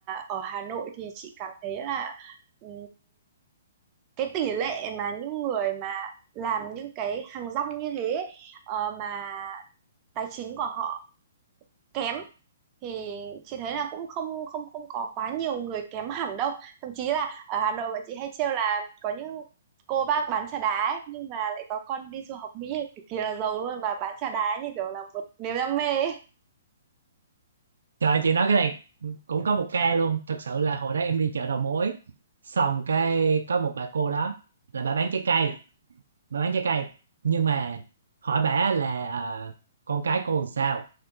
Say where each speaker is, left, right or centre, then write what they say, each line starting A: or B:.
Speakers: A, on the right (about 30°); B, on the right (about 85°).
A: ở Hà Nội thì chị cảm thấy là ừ, cái tỷ lệ mà những người mà làm những cái hàng rong như thế ấy, ờ, mà tài chính của họ kém thì chị thấy là cũng không không không có quá nhiều người kém hẳn đâu thậm chí là ở Hà Nội bọn chị hay trêu là có những cô bác bán trà đá ấy, nhưng mà lại có con đi du học Mỹ cực kỳ là giàu luôn và bán trà đá như kiểu là một niềm đam mê ấy.
B: Trời chị nói cái này cũng có một ca luôn Thật sự là hồi đó em đi chợ đầu mối Xong cái có một bà cô đó Là bà bán trái cây Bà bán trái cây Nhưng mà hỏi bà là à, con cái cô làm sao